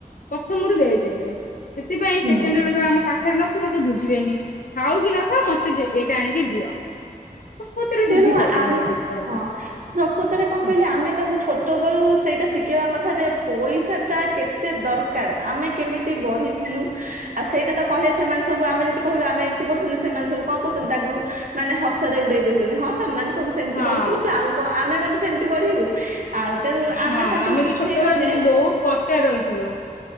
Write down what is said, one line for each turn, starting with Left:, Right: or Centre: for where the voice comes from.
Left: ପ୍ରଥମରୁ ଦେଇଦେଲେ ସେଥିପାଇଁ
Right: ହୁଁ
Left: ସେକେଣ୍ଡେଳଳେ ଆମ ପାଖରେ ନଥିବ ସେ ବୁଝିବେନି ଥାଉ କି ନଥାଉ ମତେ ମତେ ଏଇଟା ଆଣିକି ଦିଅ ସବୁଥିରେ
Right: ତେଣୁ
Left: ଦିଦି କଲେଣି
Right: ଆମେ
Left: ଏବେ ଛୁଆମାନେ।
Right: ହଁ ପ୍ରକୃତରେ କଣ
Left: ହୁଁ
Right: କହିଲେ ଆମେ ତାଙ୍କୁ ଛୋଟ ବେଳୁ ସେଇଟା ସି ଖେବା କଥା ଯେ ପଇସା ଟା କେତେ ଦରକାର ଆମେ କେମିତି ବଢି ଥିଲୁ ଆଉ ସେଇଟା ତ କହିଲେ ସେମାନେ ସବୁ ଆମେ ଯଦି କହିବା ଆମେ ଏମିତି ପଢୁଥିଲୁ। ସେମାନେ ସବୁ କଣ କରୁଛନ୍ତି। ତାକୁ ମାନେ ହସରେ ଉଡେଇ ଛନ୍ତି ହଁ ତମ ମାନେ ସବୁ ସେମିତି
Left: ହଁ
Right: ବଢିଥିଲ ଆଉ କଣ ଆମେ ମାନେ ସେମିତି ବଢିବୁ ଆଉ। ତେଣୁ ଆମେ
Left: ହଁ
Right: ତାଙ୍କୁ ବୁଝେଇବା
Left: ତ ଛୋଟବେଳେ
Right: ଯେ
Left: ଦିଦି
Right: <inaudible>
Left: ବହୁତ କଷ୍ଟରେ ରହିଥିଲୁ।